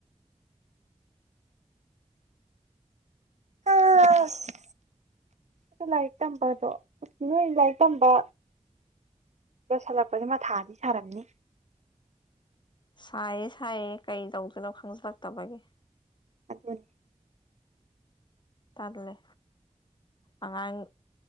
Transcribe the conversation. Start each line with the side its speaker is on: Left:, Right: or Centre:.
Right: ꯑꯁ ꯅꯣꯢ ꯂꯥꯏꯔꯤꯛ ꯇꯝꯕꯗꯣ ꯅꯣꯏ ꯂꯥꯏꯔꯤꯛ ꯇꯝꯕ ꯆꯣꯠꯁꯜꯂꯛꯄꯁꯦ ꯃꯥꯊꯥꯗꯤ ꯁꯥꯔꯝꯅꯤ
Left: ꯁꯥꯏꯌꯦ ꯁꯥꯏꯌꯦ ꯀꯩ ꯇꯧꯗꯣꯢꯅꯣ ꯈꯪꯖꯂꯛꯇꯕꯒꯤ
Right: ꯑꯗꯨꯅꯤ
Left: ꯇꯜꯂꯦ ꯑꯉꯥꯡ